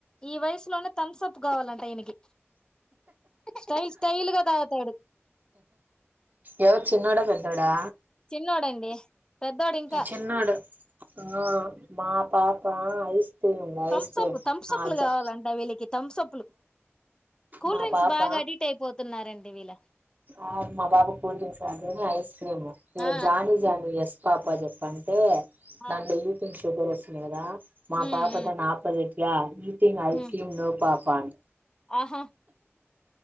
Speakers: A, on the left; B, on the right.
A: ఈ వయసుసు థమ్స్ అప్ కావాలంటే వియనకి స్టైల్ స్టైల్గా తాగుతాడు
B: వత్ చిన్నోడ బోడా
A: చిన్నోడండి పెద్దోడు ఇంకా
B: చిన్నోడు ఆ మా పాపా ఐస్ క్రీమ్ ఉంది
A: తంసప్
B: ఐస్ క్రీమ్
A: తంసప్
B: ఆ
A: లు
B: జ
A: కావాలంట వీళ్ళకి థమ్స్ప్లు కూల్
B: మా
A: డ్రింక్స్
B: పాప
A: బాగా అడీట్ అయిపోతున్నాయి రండి వీలా
B: ఆ మా బాబు కూల్ డ్రింక్స్ అ ఐస్ క్రీము ఇ
A: ఆ
B: జానీి జానీి ఎస్ పాప చెప్పంటే
A: ఆ
B: నా సుగర్ వస్తుినదా మా
A: ఉమ్
B: పాపతా
A: ఉమ్
B: నాపది ఎ ్యా ఈ త అల్కం
A: ఉమ్
B: నో పాపాం
A: ఆహా